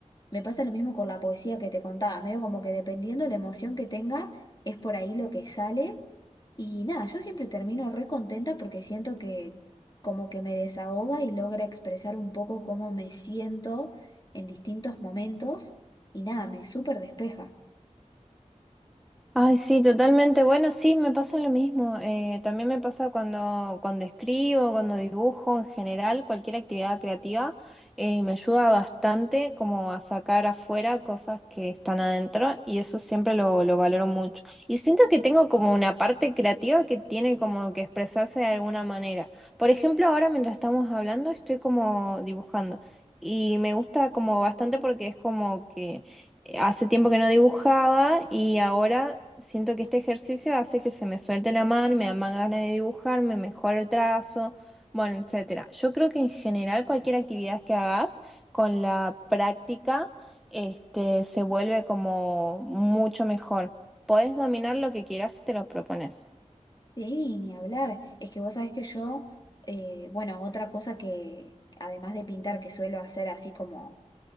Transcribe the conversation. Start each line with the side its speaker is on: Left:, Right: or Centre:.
Left: me pasa lo mismo con la poesía que te contaba, medio como que dependiendo de la emoción que tenga, es por ahí lo que sale. Y nada, yo siempre termino re contenta porque siento que como que me desahoga y logra expresar un poco cómo me siento en distintos momentos. Y nada, me súper despeja.
Centre: Ay, sí, totalmente. Bueno, sí, me pasa lo mismo. Eh, también me pasa cuando, cuando escribo, cuando dibujo, en general, cualquier actividad creativa, eh, me ayuda bastante como a sacar afuera cosas que están adentro y eso siempre lo, lo valoro mucho. Y siento que tengo como una parte creativa que tiene como que expresarse de alguna manera. Por ejemplo, ahora mientras estamos hablando, estoy como dibujando y me gusta como bastante porque es como que... Hace tiempo que no dibujaba y ahora siento que este ejercicio hace que se me suelte la mano, me da más ganas de dibujar, me mejora el trazo, bueno, etcétera. Yo creo que en general cualquier actividad que hagas con la práctica, este, se vuelve como mucho mejor. Podés dominar lo que quieras si te lo propones.
Left: Sí, ni hablar. Es que vos sabés que yo, eh, bueno, otra cosa que, además de pintar, que suelo hacer así como